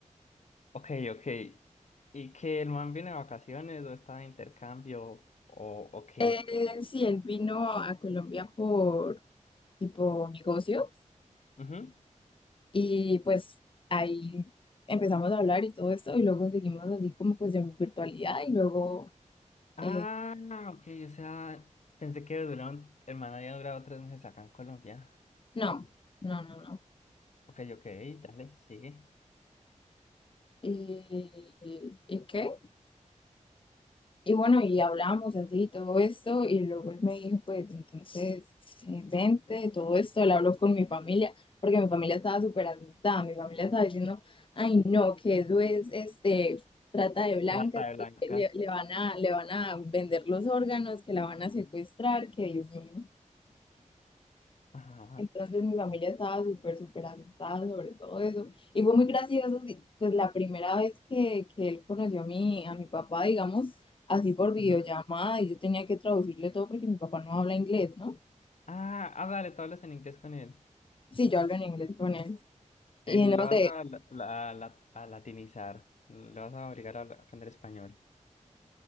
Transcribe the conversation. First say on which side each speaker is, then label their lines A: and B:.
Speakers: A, on the left; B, on the left.
A: Ok, ok. ¿Y que el man viene de vacaciones o está de intercambio o, o
B: <laughs>
A: qué?
B: Eh, sí, él vino a Colombia por tipo negocio.
A: Ujú.
B: Y pues ahí empezamos a hablar y todo esto, y luego seguimos así como pues en virtualidad, y luego,
A: Ah,
B: eh,
A: ok, o sea, pensé que duraron, el man había durado tres meses acá en Colombia.
B: no, no, no, no.
A: Ok, ok, dale, sigue.
B: ¿Y, y- y qué? Y bueno, y hablamos así y todo esto, y luego él me dijo, pues entonces, eh, vente, todo esto, le hablo con mi familia, porque mi familia estaba súper asustada, mi familia estaba diciendo, ay no, que eso es, este, trata de blancas,
A: Trata de blancas.
B: que le, le van a, le van a vender los órganos, que la van a secuestrar, que Dios mío.
A: Ajá.
B: Entonces mi familia estaba súper, súper asustada sobre todo eso. Y fue muy gracioso, sí, pues la primera vez que, que él conoció a mi, a mi papá, digamos, así por videollamada,
A: Ujú.
B: y yo tenía que traducirle todo porque mi papá no habla inglés, ¿no?
A: Ah, ah, dale, tú hablas en inglés con él.
B: Sí, yo hablo en inglés con él. Y
A: Y lo
B: no
A: vas
B: sé,
A: a, la- la- la- a latinizar. Le vas a obligar a hablar- aprender español.